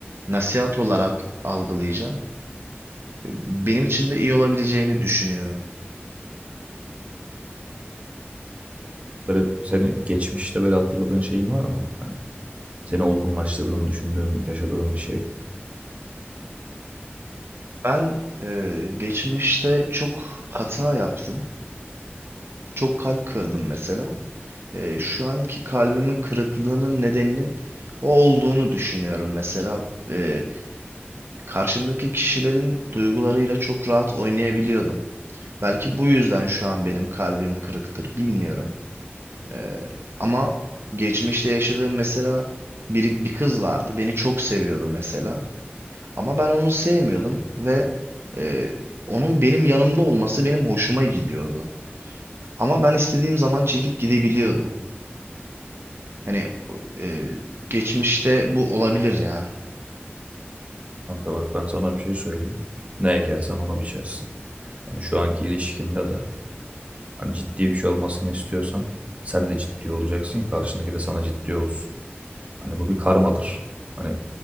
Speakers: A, on the right; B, on the right.
A: nasihat olarak algılayacağım. Benim için de iyi olabileceğini düşünüyorum.
B: Güzel. Böyle senin geçmişte böyle hatırladığın şeyin var mı? Hani seni olgunlaştırdığını düşündüğüm, yaşadığın bir şey.
A: Ben e, geçmişte çok hata yaptım. Çok kalp kırdım mesela. Ee, şu anki kalbimin kırıklığının nedeninin o olduğunu düşünüyorum. Mesela e, karşımdaki kişilerin duygularıyla çok rahat oynayabiliyordum. Belki bu yüzden şu an benim kalbim kırıktır, bilmiyorum. Ee, ama geçmişte yaşadığım mesela bir, bir kız vardı. Beni çok seviyordu mesela. Ama ben onu sevmiyordum ve e, onun benim yanımda olması benim hoşuma gidiyordu. Ama ben istediğim zaman çekip gidebiliyordum. Hani e, geçmişte bu olabilir ya.
B: Kanka bak ben sana bir şey söyleyeyim. Ne ekersen onu biçersin. Hani şu anki ilişkinde de hani ciddi bir şey olmasını istiyorsan sen de ciddi olacaksın. Karşındaki de sana ciddi olsun. Hani bu bir karmadır. Hani